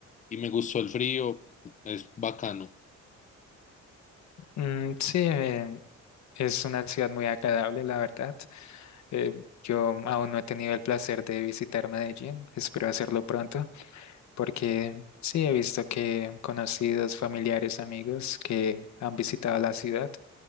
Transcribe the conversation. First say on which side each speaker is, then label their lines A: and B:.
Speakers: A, on the left (about 25°); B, on the left (about 65°).
A: y me gustó el frío, es bacano,
B: Mm, sí, eh, es una ciudad muy agradable, la verdad. Eh, yo aún no he tenido el placer de visitar Medellín, espero hacerlo pronto, porque sí he visto que conocidos, familiares, amigos que han visitado la ciudad